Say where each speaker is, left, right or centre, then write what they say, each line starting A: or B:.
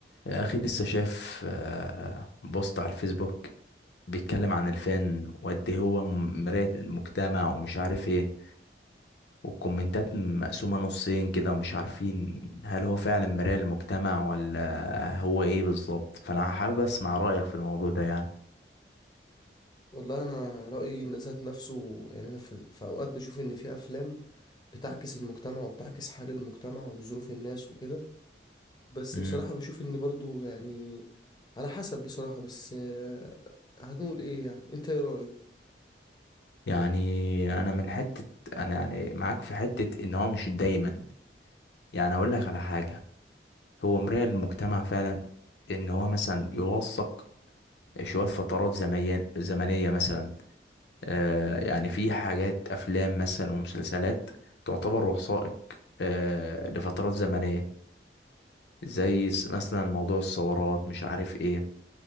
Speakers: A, on the left; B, on the left.
A: يا أخي لسه شايف آه، آه، بوست على الفيسبوك بيتكلم عن الفن وقد إيه هو م- مراية المجتمع ومش عارف ايه والكومنتات مقسومة نصين كده مش عارفين هل هو فعلا مراية المجتمع ولا هو ايه بالظبط فأنا حابب أسمع رأيك في الموضوع ده يعني
B: والله انا رايي ان ذات نفسه يعني انا في, في اوقات بشوف ان في افلام بتعكس المجتمع وبتعكس حال المجتمع وظروف الناس وكده بس
A: امم
B: بصراحه بشوف ان برضو يعني على حسب بصراحه بس آه، هنقول ايه يعني انت ايه رايك
A: يعني أنا من حتة أنا يعني معاك في حتة إن هو مش دايما يعني أقول لك على حاجة هو مراية المجتمع فعلا إن هو مثلا يوثق شوية فترات زمي- زمنية مثلا آه، يعني في حاجات أفلام مثلا ومسلسلات تعتبر وثائق آه، لفترات زمنية زي س- مثلا موضوع الثورات مش عارف ايه